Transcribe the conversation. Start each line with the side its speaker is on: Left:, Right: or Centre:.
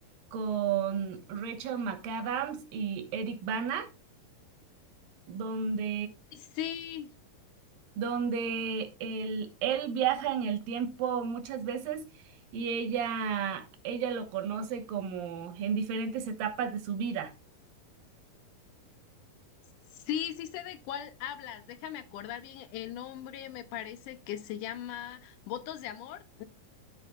Right: con Rachel McAdams y Eric Bana, donde
Left: Sí,
Right: donde él, él viaja en el tiempo muchas veces y ella, ella lo conoce como en diferentes etapas de su vida.
Left: sí, sí sé de cuál hablas. Déjame acordar bien el nombre. Me parece que se llama Votos de Amor.